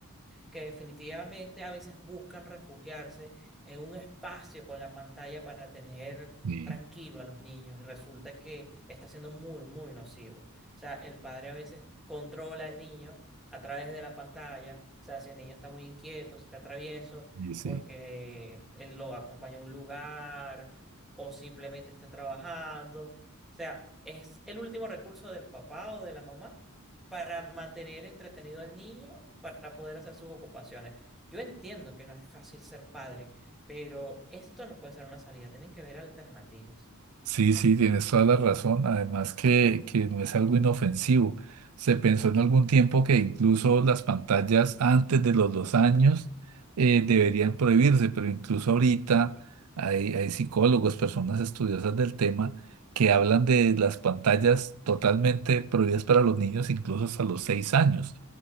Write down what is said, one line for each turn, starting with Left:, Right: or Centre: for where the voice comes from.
Centre: que definitivamente a veces buscan refugiarse en un espacio con la pantalla para tener
Right: sí,
Centre: tranquilo a los niños y resulta que está siendo muy, muy nocivo. O sea, el padre a veces controla al niño a través de la pantalla, o sea, si el niño está muy inquieto, si está travieso,
Right: y sí,
Centre: porque él lo acompaña a un lugar o simplemente está trabajando. O sea, es el último recurso del papá o de la mamá para mantener entretenido al niño para poder hacer sus ocupaciones. Yo entiendo que no es fácil ser padre, pero esto no puede ser una salida, tienen que ver alternativas.
Right: sí, sí, tienes toda la razón. Además que, que no es algo inofensivo. Se pensó en algún tiempo que incluso las pantallas antes de los dos años eh, deberían prohibirse, pero incluso ahorita hay, hay psicólogos, personas estudiosas del tema, que hablan de las pantallas totalmente prohibidas para los niños, incluso hasta los seis años.